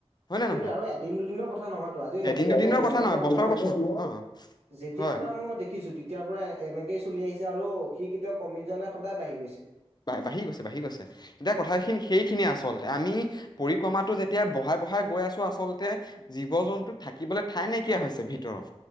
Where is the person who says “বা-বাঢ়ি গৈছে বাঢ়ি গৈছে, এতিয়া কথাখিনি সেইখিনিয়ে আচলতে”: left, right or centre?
Left